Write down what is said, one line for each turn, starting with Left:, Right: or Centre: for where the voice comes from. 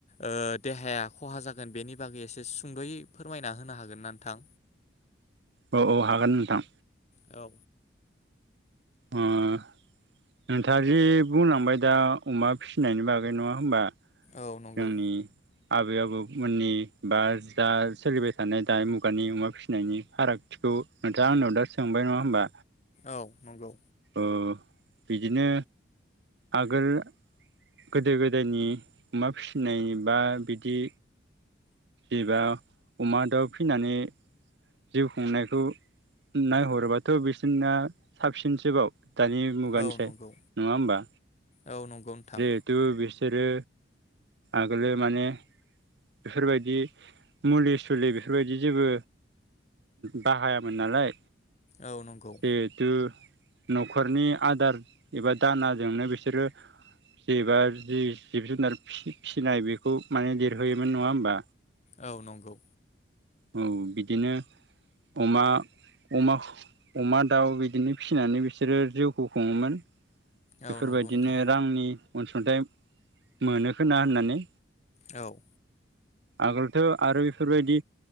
Left: ओ देहाया खहा जागोन बेनि बागै एसे सुंद'यै फोरमायना होनो हागोन ना नोंथां
Right: औ औ हागोन नोंथां
Left: औ
Right: ओम नोंथां जे बुंलांबाय दा अमा फिसिनायनि बागै नङा होमबा
Left: औ नंगौ
Right: जोंनि आबै आबौमोननि बा जा सोलिबाय थानाय दा मुगानि अमा फिसिनायनि फारागथिखौ नोंथाङा आंनाव दा सोंबाय नङा होमबा
Left: औ नंगौ
Right: ओ बिदिनो आगोल गोदो गोदायनि अमा फिसिनाय बा बिदि एबा अमा दाउ फिनानै जिउ खुंनायखौ नायहरोबाथ' बिसोरना साबसिनसोबाव दानि मुगानिसाय
Left: औ नंगौ
Right: नङा होमबा
Left: औ नंगौ नोंथां
Right: जिहेथु बिसोरो आगोलो माने बेफोरबायदि मुलि सुलि बेफोरबायदि जेबो बाहायामोन नालाय
Left: औ नंगौ
Right: जेहुथु न'खरनि आदार एबा दानाजोंनो बिसोरो जेबा जि जिब जुनार फि-फिसिनाय बेखौ माने होयोन नङा होमबा
Left: औ नंगौ
Right: औ बिदिनो अमा अमाख अमा दाउ बिदिनो फिसिनानै बिसोरो जिउखौ खुङोमोन
Left: औ
Right: बेफोरबायदिनो
Left: नंगौ नोंथां
Right: रांनि अनसुंथाइ मोनोखोना होननानै
Left: औ
Right: आगोलथ' आरो बेफोरबायदि